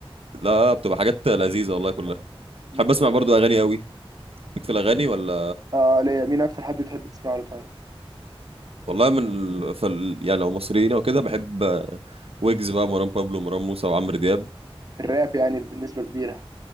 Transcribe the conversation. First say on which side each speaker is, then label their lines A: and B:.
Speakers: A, on the right; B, on the right.
A: لا بتبقى حاجات لذيذة والله كلها
B: مم.
A: بحب اسمع برضو اغاني قوي ليك في الاغاني ولا
B: اه ليا مين اكتر حد بتحب تسمع له طيب
A: والله من ال... فال... يعني لو مصريين او كده بحب آه، ويجز بقى مروان بابلو مروان موسى وعمرو دياب
B: الراب يعني بنسبه كبيره